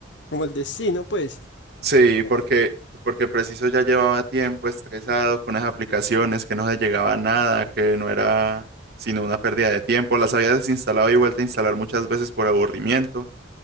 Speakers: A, on the left (about 65°); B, on the right (about 55°).
A: Como el destino, pues.
B: Sí,
A: Claro.
B: porque, porque preciso ya llevaba tiempo estresado con las aplicaciones, que no se llegaba a nada, que no era sino una pérdida de tiempo. Las había desinstalado y vuelto a instalar muchas veces por aburrimiento,